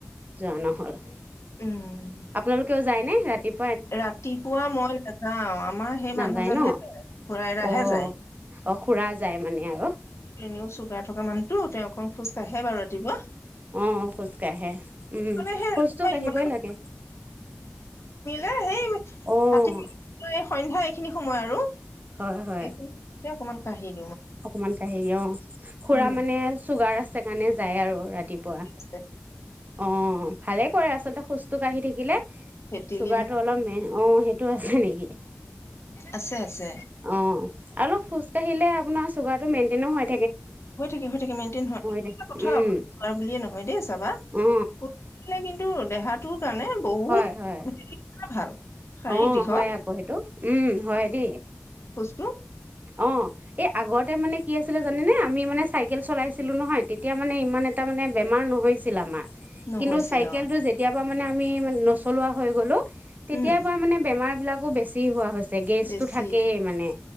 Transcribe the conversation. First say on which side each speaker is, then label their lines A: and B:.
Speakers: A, on the right; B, on the left.
A: যোৱা নহ'ল
B: উম
A: আপোনালোকে যায় নে ৰাতিপ
B: ৰাতিপুৱা মই নাযাও আমাৰ সেই
A: নাযায়
B: মানুহজনহে
A: ন
B: ঘুৰাই এৰাহে
A: অ'
B: যায়
A: অ' খুৰা যায় মানে আৰু
B: এনেও চুগা থকা মানুহতটো তেওঁ অকণ খোজ কঢ়ে বাৰু ৰাতিপুৱা
A: অ খোজ কাঢ়ে উম
B: মানে সেই
A: খোজ
B: ৰাতিপুৱা
A: কাঢ়িবই
B: ইমান
A: লাগে
B: এ সেই
A: অ'
B: হাতী সন্ধা এইখিনি সময় আৰু
A: হয় হয়
B: এইখিনি অকমান <unintelligible>
A: অকমান কাহেৰি অ খুৰা
B: উম
A: মানে চুগাৰ আছে আছে কাৰণে যায় আৰু ৰাতি ৰাতিপুৱা
B: আছে
A: অ ভালে কৰে আছে আচলতে খোজ কাঢ়ি থাকিলে
B: ভেটেলি
A: চুগাৰটো
B: ভাত
A: অলপ ম অ সেইটো আছে নেকি
B: আছে আছে
A: অ অলপ খোজ কাঢ়িলে আপোনাৰ চুগাৰটো মেইনটেইনো হয়
B: হৈ থাকে হৈ থাকে মেইনটেইন
A: থাকে
B: কথা
A: উম
B: বুলিয়ে নহয় দেই বাবা
A: অ
B: <unintelligible> টো দেহাটো কাৰণে বহুত
A: হয় হয়
B: ভাল শাৰীৰিক
A: অ
B: দিশত
A: হয় আকৌ সেইটো উম হয় দেই
B: খোজটো
A: অঁ এই আগতে মানে কি আছিলে জানেনে আমি মানে চাইকেল চলাইছিলোঁ নহয় তেতিয়া মানে ইমান এটা মানে বেমাৰ নহৈছিল আমাৰ
B: নহৈছিল
A: কিন্তু চাইকেল
B: অ
A: টো যেতিয়া মানে আমি নচলোৱা হৈ গ'লো। তেতিয়াৰ
B: উম
A: পৰা মানে বেমাৰ বিলাকো বেছি হোৱা হৈছে। গেছটো
B: বেছি
A: থাকেই মানে।